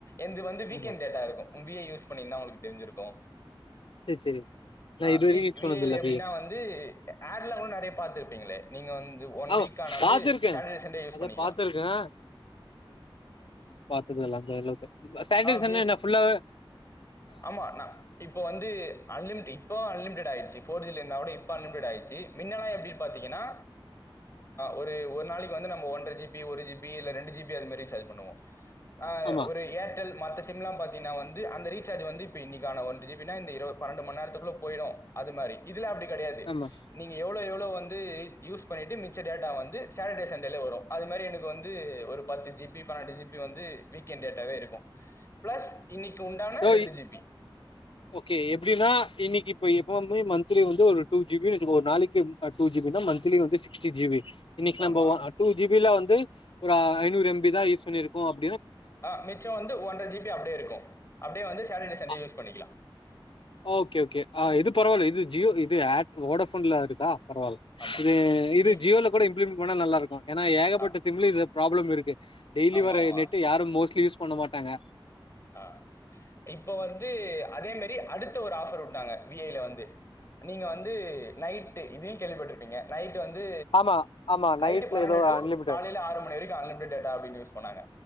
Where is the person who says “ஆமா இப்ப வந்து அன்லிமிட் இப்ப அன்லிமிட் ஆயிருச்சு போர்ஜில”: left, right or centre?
Left